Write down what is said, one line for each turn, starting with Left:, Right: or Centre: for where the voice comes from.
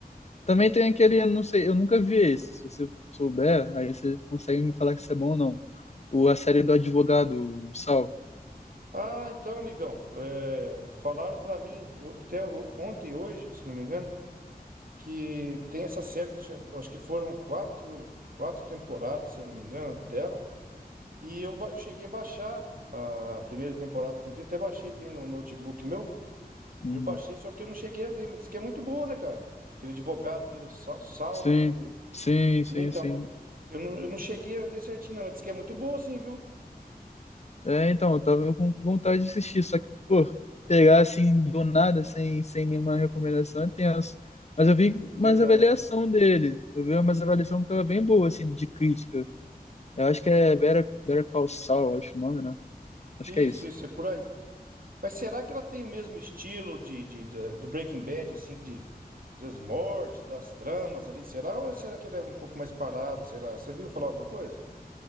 Left: Também tem aquele, não sei, eu nunca vi esse. Se você souber, aí você consegue me falar se é bom ou não. O, a série do advogado, o Sal.
Right: Ah, então, amigão, é, falaram pra mim, o- até o- ontem e hoje, se não me engano, que tem essa série que já- eu acho que foram quatro, quatro temporadas, se eu não me engano, dela. E eu ba- cheguei a baixar a primeira temporada, até baixei, tem no notebook meu.
Left: Uhum.
Right: Eu baixei, só que eu não cheguei a ver, mas disse que é muito boa, né, cara? Aquele advogado dele, o Sa- Sal,
Left: Sim,
Right: né? Aquele...
Left: sim,
Right: Sim,
Left: sim,
Right: então,
Left: sim.
Right: eu eu não, eu não cheguei a ver certinho, não, mas disse que é muito boa, sim, viu?
Left: É, então, eu tava com vontade de assistir, só que, pô, pegar assim do nada, sem, sem nenhuma recomendação, é tenso. Mas eu vi umas
Right: Verdade.
Left: avaliação dele. Eu vi umas avaliação que tava bem boa, assim, de crítica. Eu acho que é Better, Better Call Saul, acho o nome, né? Acho
Right: Isso,
Left: que é isso.
Right: isso, é por aí. Mas será que ela tem o mesmo estilo de, de- da- do Breaking Bad, assim, de, das mortes, das tramas ali? Será? Ou será que ela é um pouco mais parada? Será? Você viu falar alguma coisa?